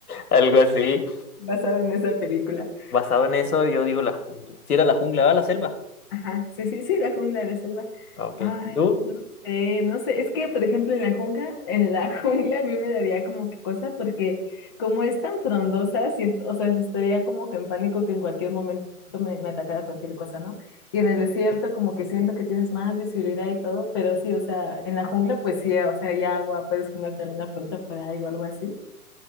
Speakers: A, on the left; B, on the left.
A: algo así.
B: basado en esa película.
A: Basado en eso, yo digo la jungla. Si era la jungla, va la selva.
B: Ajá. Sí, sí, sí, la jungla de selva.
A: Ah, Ok.
B: Ay,
A: ¿Tú?
B: no sé, no sé. Es que, por ejemplo, en la jungla, en la <laughs> jungla a mí me daría como que cosa porque como es tan frondosa, siento, o sea, estaría como que en pánico que en cualquier momento me, me atacara cualquier cosa, ¿no? Y en el desierto como que siento que tienes más visibilidad y todo, pero sí, o sea, en la jungla pues sí, o sea, hay agua, puedes comerte alguna fruta por ahí o algo así.